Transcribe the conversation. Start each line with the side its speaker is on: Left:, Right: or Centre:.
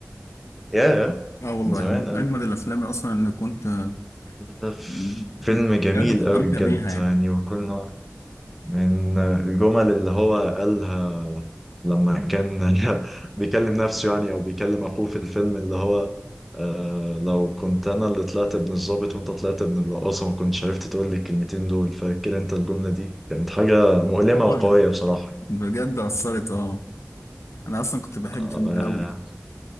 Centre: ياه
Left: اه والله
Centre: من زمان
Left: من
Centre: قوي
Left: أجمد الأفلام أصلا اللي كنت آه،
Centre: ده ف-
Left: بجد
Centre: فيلم جميل
Left: بستمتع
Centre: قوي بجد
Left: بيها يعني
Centre: يعني وكنا من الجمل اللي هو قالها لما كان <laughs> بيكلم نفسه يعني او بيكلم اخوه في الفيلم اللي هو آه لو كنت انا اللي طلعت ابن الضابط وانت طلعت ابن الرقاصه ما كنتش عرفت تقول لي الكلمتين دول فاكر انت الجمله دي كانت حاجه مؤلمه وقويه
Left: طيب.
Centre: بصراحه
Left: بجد أثرت اه انا اصلا كنت بحب
Centre: اه
Left: الفيلم ده قوي